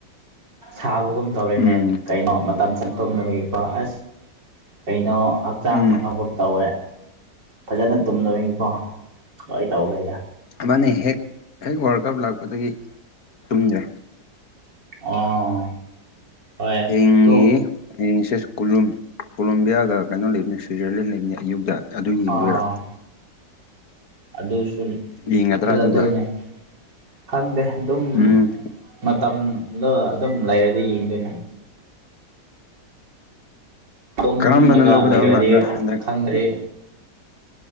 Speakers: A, on the right (about 75°); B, on the left (about 55°).
A: ꯁꯥꯕꯒꯨꯝ ꯇꯧꯔꯦꯅꯦ
B: ꯎꯝ
A: ꯀꯩꯅꯣ ꯃꯇꯝ ꯆꯪꯊꯣꯡꯅꯕꯒꯤ ꯀꯣ ꯑꯁ ꯀꯩꯅꯣ ꯍꯛꯆꯥꯡ
B: ꯎꯝ
A: ꯐꯅꯐꯝ ꯇꯧꯋꯦ ꯐꯖꯅ ꯇꯨꯝꯗꯕꯒꯤꯀꯣ ꯂꯣꯏ ꯇꯧꯔꯦꯗ
B: ꯃꯟꯅꯦ ꯍꯦꯛ ꯍꯦꯛ ꯋꯥꯔꯜ ꯀꯞ ꯂꯥꯛꯄꯗꯒꯤ ꯇꯨꯝꯗ꯭ꯔꯦ
A: ꯑꯣ ꯍꯣꯏ ꯑꯗꯨ
B: ꯌꯦꯡꯒꯦ ꯍꯌꯦꯡꯁꯦ ꯁꯦ ꯀꯣꯂꯣꯝ ꯀꯣꯂꯣꯝꯕꯤꯌꯥꯒ ꯀꯩꯅꯣ ꯂꯩꯕꯅꯤ ꯁ꯭ꯋꯤꯖꯔꯂꯦꯟ ꯂꯩꯕꯅꯦ ꯑꯌꯨꯛꯇ ꯑꯗꯨ ꯌꯦꯡꯗꯣꯏꯔꯥ
A: ꯑꯥ ꯑꯗꯨꯁꯨ
B: ꯌꯦꯡꯒꯗ꯭ꯔꯥ
A: ꯐꯖꯗꯣꯏꯅꯦ
B: ꯑꯗꯨꯗ
A: ꯈꯪꯗꯦ ꯑꯗꯨꯝ
B: ꯎꯝ
A: ꯃꯇꯝꯗꯣ ꯑꯗꯨꯝ ꯂꯩꯔꯗꯤ ꯌꯦꯡꯗꯣꯏꯅꯦ ꯇꯨꯝꯂꯒ
B: ꯀꯔꯝꯕꯅ ꯂꯧꯒꯗꯕ
A: ꯂꯩꯒ꯭ꯔꯗꯤ
B: ꯃꯥꯟꯕ꯭ꯔꯥ ꯍꯟꯗꯛ
A: ꯈꯪꯗ꯭ꯔꯤ